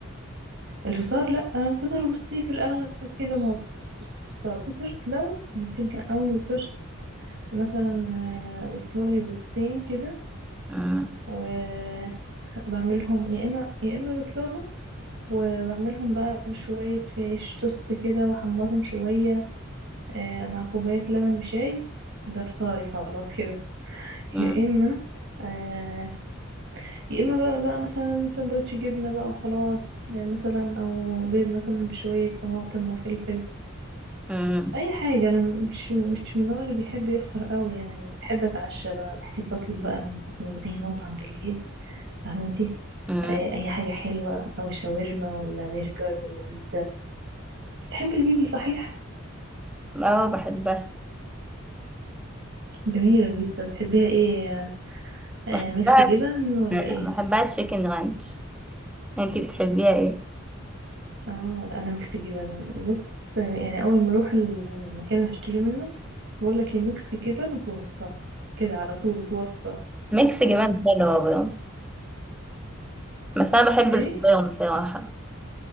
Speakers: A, on the right (about 60°); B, in the centre.
A: الفطار لا انا الفطار بصي في الاغلب كده ما بفطر فطرت لو بحب قوي وفطرت مثلا آه، بسلق لي بيضتين كده
B: مم.
A: وبعملهم يا اما يا اما بسلقهم وبعملهم بقى بشوية عيش توست كده واحمرهم شوية آه، مع كوباية لبن بشاي ده فطاري خلاص كده
B: مم.
A: يا اما آه، يا اما بقى, بقى مثلا سندوتش جبنة بقى وخلاص آه، مثلا او بيض مثلا بشوية طماطم وفلفل
B: مم.
A: اي حاجة انا مش مش من النوع اللي بيحب يفطر قوي يعني بحب اتعشى بقى بحب اطلب بقى من من اي مطعم بالليل فهمتي
B: مم.
A: آه، اي حاجة حلوة او شاورما ولا برجر ولا بيتزا بتحبي البيتزا صحيح
B: اه بحبها
A: جميلة البيتزا بتحبيها ايه آه،
B: بحبها
A: ميكس جبن ولا ايه
B: بحبها تشيكن رانش انتي بتحبيها ايه
A: اه لا انا ميكس جبن بص آه، يعني اول ما اروح المكان اللي هشتري منه بقول لك ايه ميكس جبن وتوصى كده على طول وتوصى
B: ميكس جبن حلوة برضه بس انا بحب
A: ايه
B: الفطير بصراحة